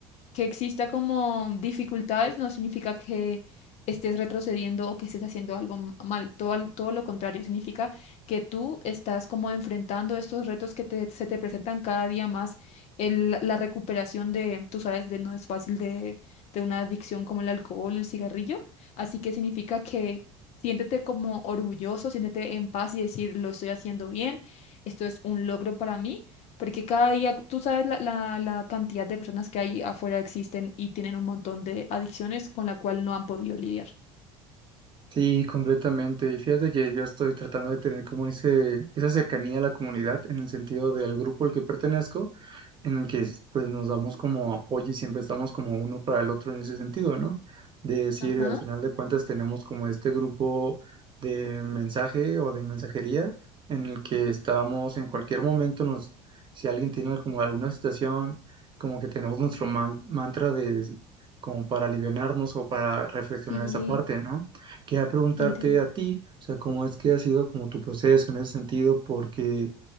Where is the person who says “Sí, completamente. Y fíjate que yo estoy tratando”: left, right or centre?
Right